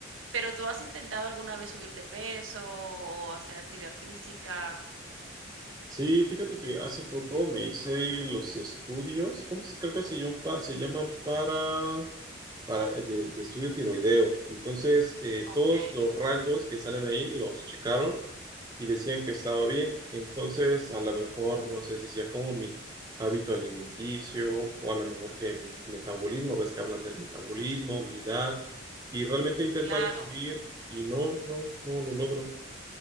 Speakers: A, on the right; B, on the right.
A: pero tú has intentado alguna vez subir de peso o hacer actividad física.
B: Sí, fíjate que hace poco me hice los estudios, ¿cómo se, creo que se llaman, pa- se llaman para, para eh, de, de estudio tiroideo. Entonces, eh, todos
A: Okay,
B: los rangos que salen ahí los checaron y decían que estaba bien, entonces a lo mejor no sé si sea como mi hábito alimenticio o a lo mejor que mi metabolismo, ves que hablan del metabolismo, mi edad, y realmente he intentado
A: claro.
B: subir y no, no, no lo logro.